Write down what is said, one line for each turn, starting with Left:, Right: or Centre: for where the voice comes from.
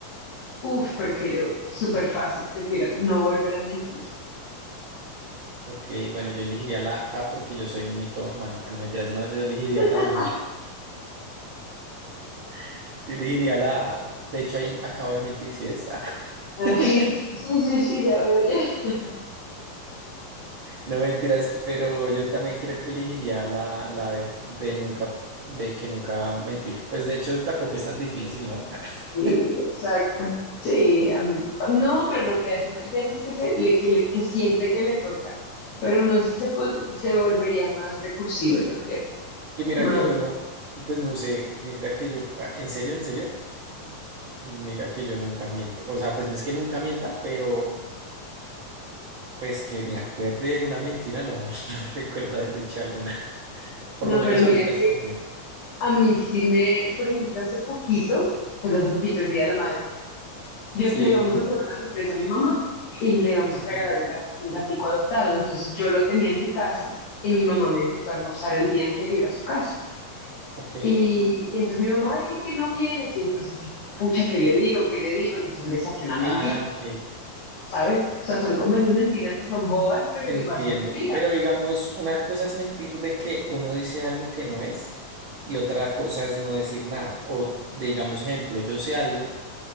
Left: Uf, prefiero, súper fácil, prefiero no volver a mentir.
Right: Ok, bueno, yo elegiría la A porque yo soy mitómano. Ah, no, mentiras, no, yo elegiría
Left: <laughs>
Right: también la... <laughs> Yo elegiría la A. De hecho, ahí acabo de mentir, ¿sí es? Ah.
Left: Ah,
Right: <laughs>
Left: Sí, sí, sí, sí, ya veo ya. <laughs>
Right: No mentiras, pero yo también creo que elegiría la, la B de nunca, de que nunca mentir. Pues de hecho tampoco es tan difícil, ¿no? <laughs>
Left: Sí, exacto. Sí, a mí- no, pero no creas, uno hay veces que, se, le, que, le- que siente que le toca, pero uno se, po- se volvería más recursivo, yo creo.
Right: Que mira
Left: Más.
Right: que yo no, pues no sé, mira que yo, ah, en serio, en serio, mira que yo nunca miento. O sea, pues no es que nunca mienta, pero pues que me acuerde de una mentira, no, <laughs> no recuerdo haber dicho alguna. Por
Left: No,
Right: lo menos
Left: pero mira
Right: ahorita
Left: que
Right: este año.
Left: a mí sí me, por ejemplo, hace poquito, pues hace poquito el Día de la Madre, yo
Right: Sí,
Left: le íbamos a hacer una sorpresa a mi mamá y le íbamos
Right: ok,
Left: a regalar un, gat- un gatico adoptado, entonces yo lo tenía en mi casa y mi mamá me invitó a almorzar el día anterior a su casa.
Right: ok.
Left: Y, y entonces mi mamá, "Ay, ¿por qué no vienes? Y entonces yo, pucha, ¿qué le digo? ¿Qué le digo? Y entonces le saqué una
Right: Ah,
Left: mentira,
Right: ok.
Left: ¿sabes? O sea, son como esas mentiras que son bobas, pero
Right: Entiendo,
Left: igual son mentiras.
Right: pero digamos, una cosa es mentir de que uno dice algo que no es y otra cosa es no decir nada. O t- digamos, ejemplo, yo sé algo,